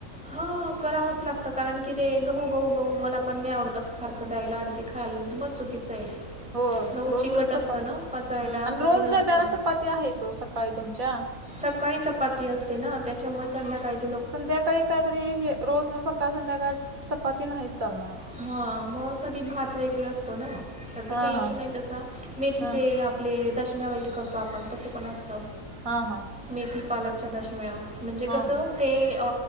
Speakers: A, in the centre; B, on the right.
A: हा करावंच लागतं कारण की ते गहू गहू गहू मला पण नाही आवडत अस सारखं द्यायला आणि ते खाल मग चुकीचं आहे.
B: होय
A: गहू
B: रोज
A: चिकट
B: रोजच
A: असतं
B: चपाती
A: ना पचायला
B: आणि
A: कठीण
B: रोज
A: असतं
B: डब्याला च पाती आहे ओ सकाळी तुमच्या.
A: सकाळी चपाती असते ना त्याच्यामुळे संध्याकाळी काही
B: संध्याकाळी कायतरी हे रोज मग सकाळ संध्याकाळ चपाती नाही चालणार.
A: हा मग कधी भात वगैरे असतो ना त्याचा
B: हां
A: काही
B: हां.
A: इशू नाही तसा मेथीचे
B: हां.
A: आपले दशम्या वगैरे करतो आपण तसं पण असतं.
B: हां हां हां.
A: मेथी पालकच्या दशम्या म्हणजे
B: हां
A: कसं?
B: हां.
A: ते अ